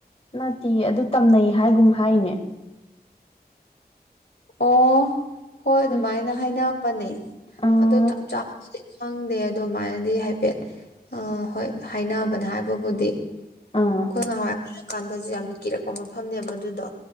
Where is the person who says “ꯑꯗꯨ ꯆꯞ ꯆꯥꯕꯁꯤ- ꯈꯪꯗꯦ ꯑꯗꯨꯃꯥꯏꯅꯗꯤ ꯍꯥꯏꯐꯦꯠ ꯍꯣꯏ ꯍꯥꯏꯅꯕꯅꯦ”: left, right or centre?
Left